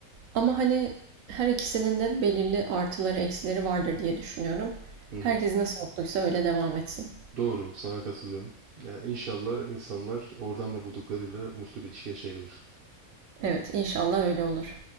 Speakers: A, on the right; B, on the right.
A: Ama hani her ikisinin de belirli artıları eksileri vardır diye düşünüyorum.
B: Hı hı.
A: Herkes nasıl mutluysa öyle devam etsin.
B: Doğru, sana katılıyorum. Yani inşallah insanlar oradan da bulduklarıyla mutlu bir ilişki yaşayabilir.
A: Evet, inşallah öyle olur.